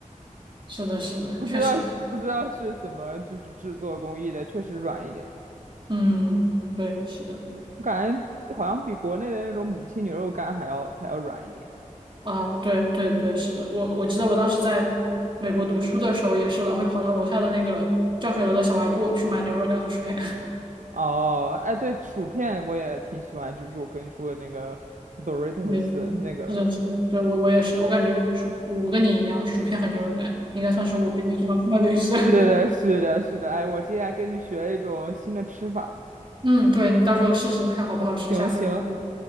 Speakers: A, on the right; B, on the right.
A: <laughs> 是的，是的，
B: 不知道是不知道是怎么就是制作工艺的，
A: 确实，
B: 确实软一点，
A: 嗯，对，是的，
B: 我感觉好像比国内的那种母亲牛肉干还要还要软一点。
A: 啊，对对对，是的，我我记得我当时在美国读书的时候也是老会跑到楼下的那个教学楼的小卖部去买牛肉干和薯片。
B: 哦，哎，对，薯片我也挺喜欢，就是我跟你说的那个 Doritos
A: <laughs>
B: 那个。
A: 是的，是的，对，我我也是，我感觉薯，我我跟你一样，薯片和牛肉干应该算是我比较喜欢吃的零食。
B: 是的，
A: <laughs>
B: 是的，是的，哎，我今天还跟你学了一种新的吃法。
A: 嗯，对，你到时候试试看好不好吃，
B: 行行，
A: 下次告诉我。